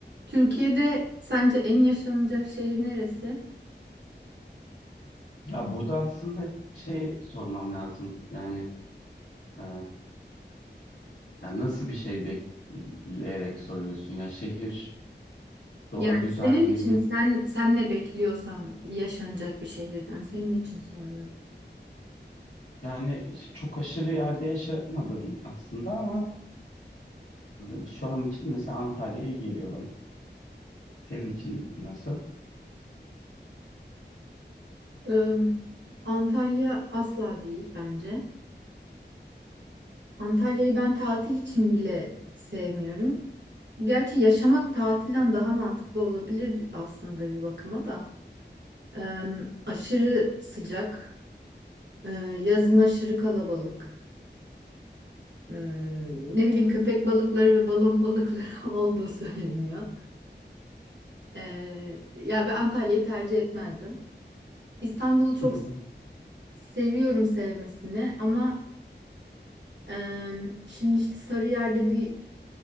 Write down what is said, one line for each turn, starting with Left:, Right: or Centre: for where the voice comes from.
Right: Türkiye'de sence en yaşanacak şehir neresi?
Left: Ya burada aslında şey sormam lazım. Yani e, yani nasıl bir şey bekleyerek soruyorsun? Ya şehir, doğa
Right: Yani
Left: güzelliği
Right: senin için
Left: mi?
Right: sen sen ne bekliyorsan yaşanacak bir şehirden senin için soruyorum.
Left: Yani çok aşırı yerde yaşamadım aslında ama e, şu an için mesela Antalya iyi geliyor bana. Senin için nasıl?
Right: Ee, Antalya asla değil bence. Antalya'yı ben tatil için bile sevmiyorum. Gerçi yaşamak tatilden daha mantıklı olabilir aslında bir bakıma da. Ee, aşırı sıcak, ee, yazın aşırı kalabalık. Hmm, ne bileyim köpek balıkları ve balon balıkları <laughs> olduğu söyleniyor. Ee, ya ben Antalya'yı tercih etmezdim. İstanbul'u çok
Left: Hı hı,
Right: s- seviyorum sevmesini ama em, şimdi işte Sarıyer'de bir